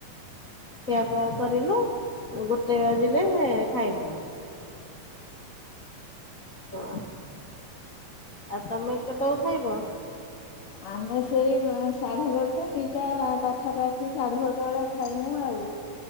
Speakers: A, on the left; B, on the left.
A: ଖିଆ ଫିଆ କରିନୁ ଗୋଟେ ବାଜିଲେ ଖାଇବୁ। ହଁ। ଆଉ ତମେ କେତଉ ଖାଇବ?
B: ଆମେ ସେଇ ସାଢେ ଗୋଟେ ଦିଟା ପାଖାପାଖି ସାଢେ ଗୋଟେ ବେଳେ ଖାଇମୁ ଆଉ